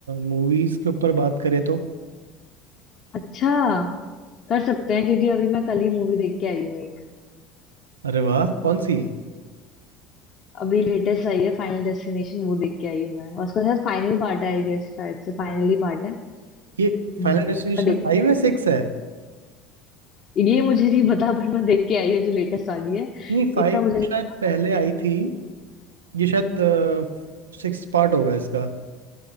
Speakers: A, on the right; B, on the left.
A: मूवीज के ऊपर बात करें तो
B: अच्छा कर सकते हैं क्योंकि अभी मैं कल ही मूवी देख के आई हूँ एक
A: अरे वाह कौन सी
B: अभी लेटेस्ट आई है फाइनल डेस्टिनेशन वो देख के आई हूँ मैं और उसका शायद फाइनल पार्ट है आई गेस शायद से फाइनल ही पार्ट है
A: ये
B: हम्म
A: फाइनल डेस्टिनेशन
B: मैं देखने
A: फाइव
B: के
A: है
B: लिए
A: सिक्स है
B: ये मुझे नहीं पता पर मैं देख के आई हूँ जो लेटेस्ट वाली है
A: नहीं फाइव
B: इतना मुझे
A: तो
B: नहीं
A: शायद
B: पता
A: पहले आई थी ये शायद सिक्स पार्ट होगा इसका